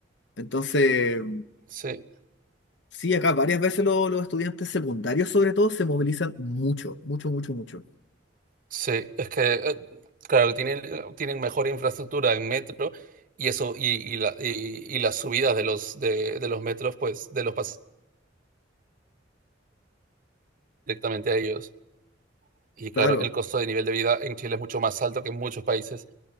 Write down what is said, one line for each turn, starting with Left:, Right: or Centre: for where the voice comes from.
Left: Entonces,
Right: sí.
Left: sí, acá varias veces lo- los estudiantes secundarios sobre todo se movilizan mucho, mucho, mucho, mucho.
Right: Sí, es que, eh, claro, tienen, eh, tienen mejor infraestructura en metro y eso, y, y, la- y- y las subidas de los, de, de los metros, pues, de los pasan directamente a ellos. Y claro,
Left: Claro,
Right: el costo de nivel de vida en Chile es mucho más alto que en muchos países